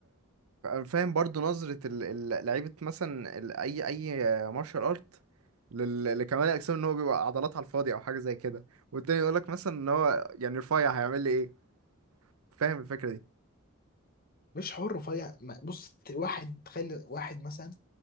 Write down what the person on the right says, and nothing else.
فاهم برضو نظرة ال- ال- لعيبة مثلا ال- أي أي مارشال أرت لكمال الأجسام إن هو بيبقى عضلات على الفاضي أو حاجة زي كده والتاني يقولك مثلا إن هو يعني رفيع هيعمل لي إيه فاهم الفكرة دي